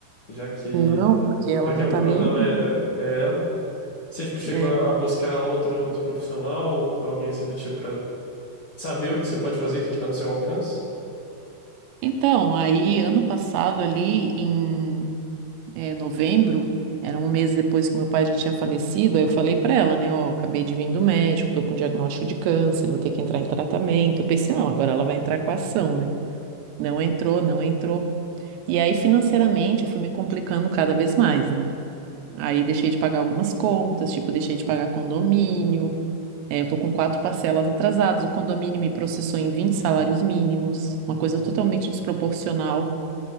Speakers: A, on the left (about 50°); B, on the right (about 85°).
A: Já que
B: não, porque ela
A: já que
B: não
A: o
B: está
A: problema
B: nem.
A: é, é, é ela. Você tipo, chegou
B: é.
A: a a buscar outro, outro profissional, alguém assim do tipo, pra saber o que você pode fazer, o que que tá no seu alcance?
B: Então, aí ano passado ali em é, novembro, era um mês depois que meu pai já tinha falecido, aí eu falei pra ela, né, ó, acabei de vir do médico, tô com diagnóstico de câncer, vou ter que entrar em tratamento. Eu pensei, não, agora ela vai entrar com a ação, né? Não entrou, não entrou. E aí, financeiramente, eu fui me complicando cada vez mais, né? Aí deixei de pagar algumas contas, tipo, deixei de pagar condomínio. É, eu tô com quatro parcelas atrasadas. O condomínio me processou em 20 salários mínimos, uma coisa
A: Uhum,
B: totalmente desproporcional